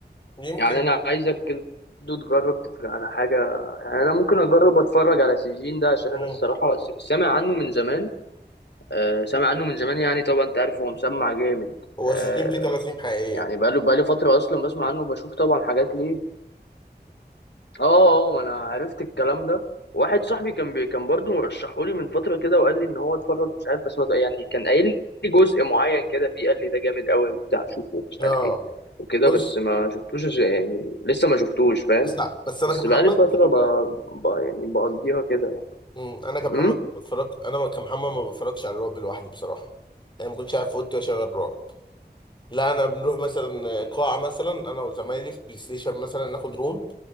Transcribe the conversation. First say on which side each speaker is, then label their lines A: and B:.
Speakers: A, on the left; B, on the left.
A: يمكن
B: يعني انا عايزك كده تجرب تتفرج على حاجة يعني انا ممكن اجرب اتفرج على سجين ده عشان
A: مم.
B: انا الصراحة س- سامع عنه من زمان آه سامع عنه من زمان يعني طبعا انت عارف هو مسمع جامد
A: هو
B: آه
A: سجين فيه طلاسيم حقيقية
B: يعني بقاله بقاله فترة اصلا بسمع عنه وبشوف طبعا حاجات ليه اه اه ما انا عرفت الكلام ده واحد صاحبي كان بي كان برضه مرشحولي من فتره كده وقال لي ان هو اتفرج مش عارف بس ما ت- يعني كان قايل لي جزء معين كده فيه قال لي ده جامد قوي وبتاع شوفه ومش
A: اه
B: عارف ايه وكده
A: بص
B: بس ما شفتوش عش- يعني لسه ما شفتوش فاهم
A: بس لا، بس انا
B: بس
A: كمحمد
B: بقالي فتره ب... ب... يعني بقضيها كده
A: مم. انا كمحمد
B: امم
A: ما بتفرج انا كمحمد ما بتفرجش على الرعب لوحدي بصراحه يعني ما كنتش قاعد في اوضتي واشغل رعب لا انا بنروح مثلا قاعه مثلا انا وزمايلي في بلاي ستيشن مثلا ناخد روم